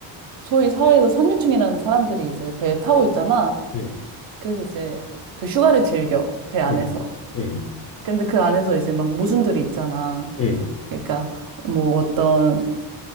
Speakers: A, on the right; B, on the left.
A: 소위 사회에서 상류층이라는 사람들이 이제 배에 타고 있잖아.
B: 응,
A: 그래서 이제 그 휴가를 즐겨, 배 안에서.
B: 응, 응,
A: 근데 그 안에서 이제 막 모순들이 있잖아.
B: 응,
A: 그러니까 뭐 어떤